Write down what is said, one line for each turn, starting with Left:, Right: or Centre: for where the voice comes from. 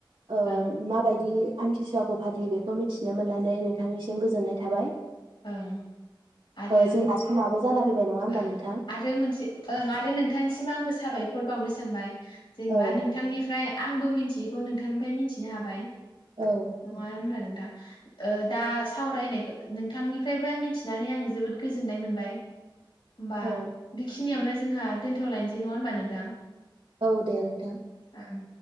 Right: ओ
Left: ओं
Right: माबायदि आमथिसुवाखौ फालियो बेखौ मिथिनो मोननानै नोंथांनिसिम गोजोननाय थाबाय।
Left: ओं आरो
Right: ओ जोंना समाबो जाना फैबाय नङा होमबा
Left: ओं
Right: नोंथां
Left: आरो मोनसे ओं आरो नों थांनि सिम आंबो साबाय खर बावनो सानबाय। जेनेबा
Right: औ
Left: नोंथांनिफ्राय आं आंबो मिथियैखौ नोंथांनिफ्राय मिथिनो हाबाय।
Right: औ
Left: नङा होनबा नों दा ओ दा सावरायनाय नों नोंथांनिफ्रायबो मिथिनानै आङो जोबोद गोजोननाय मोनबाय। होमबा
Right: औ
Left: बेखिनियावनो जोंहा दोन्थलायनोसै नङा होनबा नोंथां।
Right: औ दे नोंथां।
Left: उम